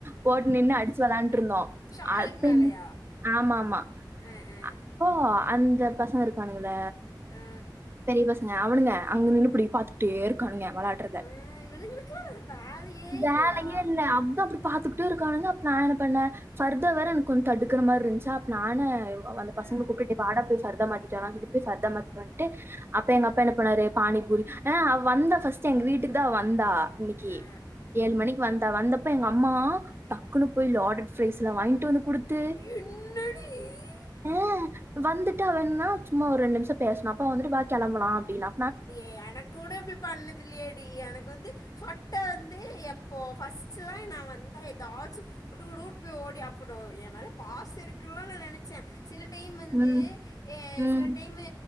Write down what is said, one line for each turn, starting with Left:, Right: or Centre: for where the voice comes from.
Right: போட்டு நின்னு அடிச்சு வெளையாண்ட்ருந்தோ
Left: ஷாலுக்கு
Right: அப்ப
Left: மேலேயா
Right: என்ன ஆமா ஆமா
Left: ஆ ஆ
Right: அ அப்போ ஆ அந்த பசங்க இருக்கானுக ல்ல
Left: ஆ
Right: பெரிய பசங் க அவுனுக அங்க நின்னு இப்டி பாத்துக்கிட்டே இருக்கானுக வெளையாடறத.
Left: ஆ, இவனுங்களுக்குலாம் வேறு வேலையே
Right: வேலையே
Left: இல்லையா
Right: இல்ல அதா அப்டி பாத்துக்கிட்டே இருக்கானுங்க அப்ப நா என்ன பண்ண ஃபர்தா வேற எனக்கு கொஞ் தடுக்கற மார இருந்துச்சா அப்ப நானே அப்ப அந்த பசங்கள
Left: ஆ
Right: கூப்ட்டு டேய் வாடா போய் ஃபர்தா மாத்திட் நா வீட்டுக்கு போய் ஃபர்தா மாத்திட்டு வந்துட்டு அப்ப எங்க அப்பா என்ன பண்ணாரு பானி பூரி ஆ அவ வந்தா ஃபஸ்ட் எங்க வீட்டுக்குதா அவ வந்தா அன்னக்கி
Left: ஆ
Right: ஏழு மணிக்கு வந் தா வந்தப்ப எங்க அ ம்மா டக்குன்னு போய் லாடட் ஃப்ரைஸ் எல்லா வாங்கிட்டு வந்து குடுத்து
Left: என்னடி
Right: ம் வந்துட்டு அவ என்னா சும்மா ஒரு ரெண்டு நிமிஷோ பேசுனா அப்ப வந்துட்டு வா கெளம்பலா அப்டின்னா
Left: அடியே எனக்கு கூட இப்டி பண்ணது இல்லையேடி எனக்கு வந்து சொட்ட வந் து எப்போ ஃபஸ்ட் எல்லா நா வந்தா எதாச்சு குடு குடுன்னு போய் ஓடி ஹக் பண்ணு என் மேல பாசோ இருக்குன்ல நா நெனைச்சே சில டைம் வந்து
Right: ம்,
Left: ஏ
Right: ம்,
Left: சில டைமு